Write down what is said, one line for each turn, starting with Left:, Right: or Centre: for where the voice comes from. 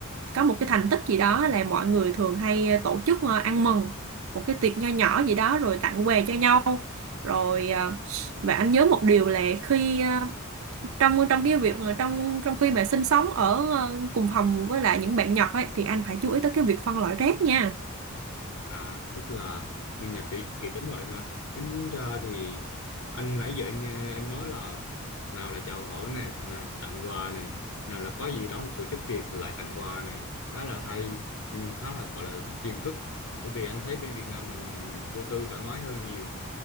Right: có một cái thành tích gì đó là mọi người thường hay tổ chức à, ăn mừng một cái tiệc nho nhỏ gì đó rồi tặng quà cho nhau. Rồi à, và anh nhớ một điều là khi ờ, trong trong cái việc ờ, trong trong khi mà sinh sống ở ờ, cùng phòng với lại những bạn nhỏ ấy thì anh phải chú ý tới cái việc phân loại rác nha
Left: À, tức là nguyên nhà kỹ kỹ tính vậy ha. Tính ra thì anh nãy giờ anh nghe em nói là nào là chào hỏi này, nào là tặng quà này, nào là có gì đó tổ chức tiệc lại tặng quà này, khá là hay nhưng khá là gọi là phiền phức. Bởi vì anh thấy bên Việt Nam mình vô tư thoải mái hơn nhiều